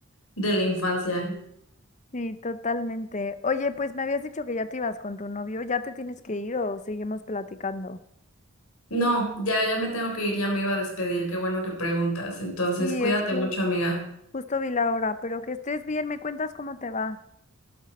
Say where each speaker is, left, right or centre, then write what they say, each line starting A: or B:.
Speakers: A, on the left; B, on the left.
A: de la infancia.
B: Sí, totalmente. Oye, pues me habías dicho que ya te ibas con tu novio, ¿ya te tienes que ir o seguimos platicando?
A: No, ya, ya me tengo que ir, ya me iba a despedir, qué bueno que preguntas. Entonces,
B: Sí,
A: cuídate
B: es que
A: mucho, amiga.
B: justo vi la hora, pero que estés bien, me cuentas cómo te va.